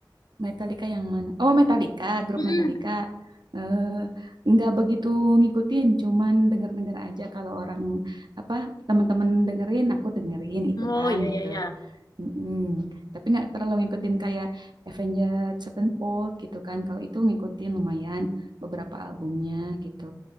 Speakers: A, on the right; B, on the left.
A: Metallica yang mana? Oh, Metallica, grup
B: Mm-mm.
A: Metallica. Eh, nggak begitu ngikutin, cuman denger-denger aja kalau orang apa teman-teman dengerin, aku dengerin ikutan
B: Oh iya, iya,
A: gitu.
B: iya.
A: Mm-mm. Tapi nggak terlalu ngikutin kayak Avenged Sevenfold gitu kan. Kalau itu ngikutin lumayan beberapa albumnya gitu.